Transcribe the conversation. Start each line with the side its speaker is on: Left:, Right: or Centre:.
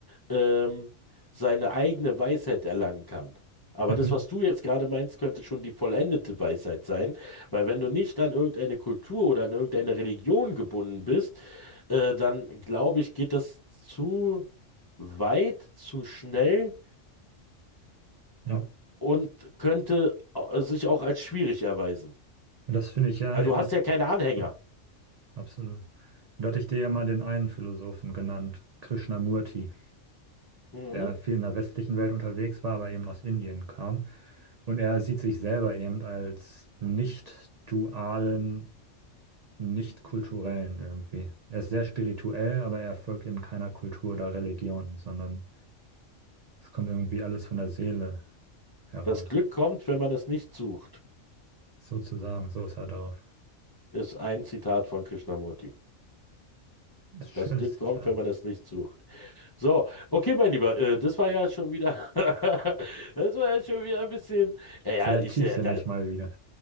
Left: ähm, seine eigene Weisheit erlangen kann. Aber
Right: Mhm.
Left: das, was du jetzt gerade meinst, könnte schon die vollendete Weisheit sein, weil wenn du nicht an irgendeine Kultur oder an irgendeine Religion gebunden bist, äh, dann glaube ich, geht das zu weit, zu schnell
Right: Ja.
Left: und könnte au- sich auch als schwierig erweisen,
Right: Und das finde ich ja
Left: weil
Right: eben,
Left: du hast ja keine Anhänger.
Right: ja, absolut. Und da hatte ich dir ja mal den einen Philosophen genannt, Krishnamurti,
Left: Mhm.
Right: der viel in der westlichen Welt unterwegs war, aber eben aus Indien kam. Und er sieht sich selber eben als nicht dualen, nicht kulturellen irgendwie. Er ist sehr spirituell, aber er folgt eben keiner Kultur oder Religion, sondern es kommt irgendwie alles von der Seele heraus.
Left: Das Glück kommt, wenn man es nicht sucht,
Right: Sozusagen, so sah er aus.
Left: ist ein Zitat von Krishnamurti.
Right: Das schönste
Left: Das Glück kommt,
Right: Detail.
Left: wenn man es nicht sucht. So, okay, mein Lieber, äh, das war ja schon wieder, <laughs> das war ja schon wieder ein bisschen, ja, ja,
Right: Sehr
Left: ich,
Right: tiefsinnig
Left: äh, da,
Right: mal wieder.